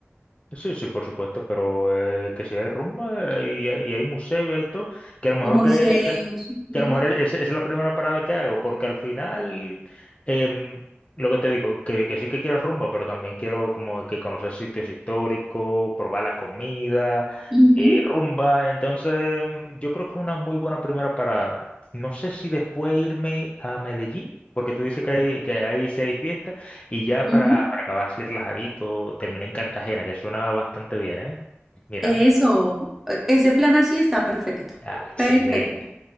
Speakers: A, on the left; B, in the centre.
A: Sí, sí, por supuesto, pero eh, que si hay rumba eh, y, hay- y hay museo y hay todo, que a lo mejor
B: Museos.
A: que,
B: ujú,
A: que a lo mejor es, es la primera parada que hago, porque al final, em, lo que te digo, que, que sí que quiero rumba, pero también quiero como que conocer sitios históricos, probar la comida,
B: ujú,
A: eh, rumba, entonces mm, yo creo que es una muy buena primera parada. No sé si después irme a Medellín, porque tú dices que, hay- que ahí sí hay fiesta Y ya
B: ujú.
A: para, para acabar así relajadito, terminé en Cartagena, que suena bastante bien, ¿eh? Mira,
B: Eso, e- ese plan así está perfecto.
A: ah, excelente.
B: Perfecto.